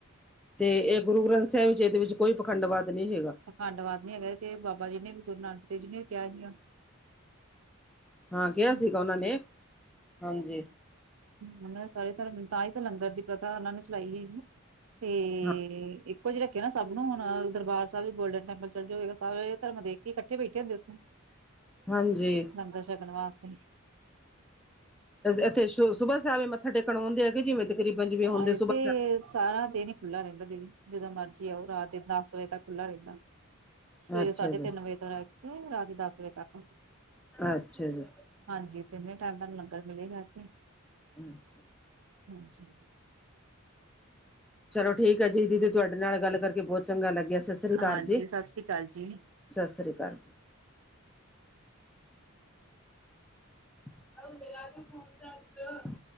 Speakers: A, in the centre; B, on the right.
A: ਤੇ ਇਹ, ਗੁਰੂ ਗ੍ਰੰਥ ਸਾਹਿਬ ਜੀ, ਇਹਦੇ ਵਿੱਚ ਕੋਈ ਪਖੰਡਵਾਦ ਨਹੀਂ ਹੈਗਾ।
B: ਪਖੰਡਵਾਦ ਨ ਹੈਗਾਏ ਤੇ ਬਾਬਾ ਜੀ ਨੇ ਵੀ, ਗੁਰੂ ਨਾਨਕ ਦੇਵ ਜੀ ਨੇ ਵੀ ਕਿਹਾ ਸੀਆਂ‌।
A: ਹਾਂ ਕਿਹਾ
B: ਹੂੰ,
A: ਸੀਗਾ ਉਹਨਾਂ ਨੇ, ਹਾਂਜੀ,
B: ਉਹਨਾਂ ਨੇ ਸਾਰੇ ਧਰਮ ਤਾਂ ਹੀ, ਤਾਂ ਲੰਗਰ ਦੀ ਪ੍ਰਥਾ ਉਹਨਾਂ ਨੇ ਚਲਾਈ ਸੀ। ਤੇ
A: ਹਾਂ
B: ਇੱਕੋ ਜਿਹੇ ਰੱਖਿਆ ਨਾ, ਸਭ ਨੂੰ ਹੁਣ ਦਰਬਾਰ ਸਾਹਿਬ ਵੀ ਗੋਲਡਨ ਟੈਂਪਲ ਚੱਲ ਜਾਵੇਗਾ। ਸਭ ਇਹ ਧਰਮ ਦੇ ਕਿੱਠੇ, ਬੈਠੇ ਹੁੰਦੇੱਥੇ।
A: ਹਾਂਜੀ,
B: ਦ ਲੰਗਰ ਸ਼ਕਣ, ਵਾਸਤੇ।
A: ਇੱਥੇ ਸੁ ਸੁਬਾਹ ਸ਼ਾਹ ਵੀ ਮੱਥਾ ਟੇਕਣ ਆਉਂਦੇ ਆ ਕਿ ਜਿਵੇਂ। ਤਕਰੀਬਨ ਜਿਵੇਂ ਹੁੰਦੇ
B: ਆਇ,
A: ਸੁਬਾਹ
B: ਤੇ ਸਾਰਾ ਦਿਨ ਹੀ ਖੁੱਲਾ ਰਹਿੰਦਾ। ਜਦੋਂ ਮਰਜ਼ੀ ਆਓ ਰਾਤ ਦੇ ਦਸ ਵਜੇ ਤੱਕ ਖੁੱਲ੍ਹਲਾ ਰਹਿੰਦਾ। ਸਵੇਰੇ
A: ਅੱਛਾ
B: ਸਾਢੇ
A: ਜੀ,
B: ਤਿੰਨ ਵਜੇ ਤੋਂ ਰਹਿ ਕੇ ਰਾਤ ਦਸ ਵਜੇ ਤੱਕ।
A: ਅੱਛਾ ਜੀ।
B: ਹਾਂਜੀ ਤਿੰਨੇ ਟਾਈਮ ਤੁਹਾਨ ਲੰਗਰ ਮਿਲੇਗਾ ਇੱਥੇ।
A: <inaudible>
B: ਹਾਂਜੀ
A: ਚਲੋ ਠੀਕ ਹੈ ਜੀ ਦੀਦੀ ਤੁਹਾਡੇ ਨਾਲ ਗੱਲ ਕਰਕੇ ਬਹੁਤ ਚੰਗਾ ਲੱਗਿਆ ਸਤਿ ਸ੍ਰੀ ਅਕਾਲ
B: ਹਾਂਜੀ
A: ਜੀ।
B: ਸਤਿ ਸ੍ਰੀ ਅਕਾਲ ਜੀ
A: ਸਤਿ ਸ਼੍ਰੀ ਅਕਾਲ ਜੀ। <inaudible>